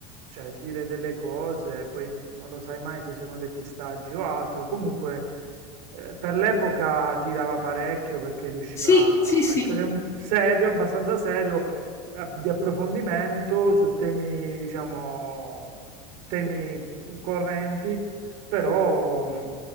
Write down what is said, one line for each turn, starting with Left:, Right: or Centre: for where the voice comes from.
Right: cioè dire delle cose, poi non lo sai mai se sono depistaggi o altro. Comunque, eh, per l'epoca tirava parecchio perché riusciva
Left: Sì, sì, sì,
Right: a essere un- serio, abbastanza serio, eh, di approfondimento su temi, diciamo, temi correnti, però mh,